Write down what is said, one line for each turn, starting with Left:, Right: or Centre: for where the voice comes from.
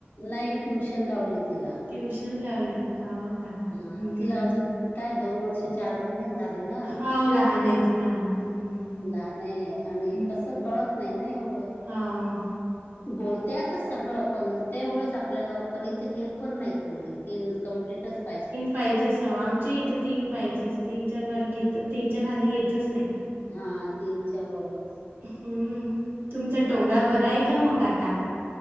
Left: नाही ट्युशन लावली तिला
Right: ट्यूशन लावली का हाव हम
Left: हा तिला अजून काय दोन वर्ष चार महिनेच झाले ना
Right: हाव लहान आहे ति लहान आहे हम्म.
Left: लहान य आहे आणि
Right: हं.
Left: कसं कळत नाही ना एवढं
Right: हाव.
Left: बोलते आता सगळं पण तेवढंच आपल्याला पण इथे घेत पण नाहीत म्हणे तीन कम्प्लीटच पाहिजे
Right: पाहिजेस हवा आमचे इथं तीन पाहिजेस तीनच्या वर घेत तीनच्या खाली घेतच नाही
Left: हा तीनच्या वरच
Right: हम्म तुमचा टोंगळा बरा आहे का मग आता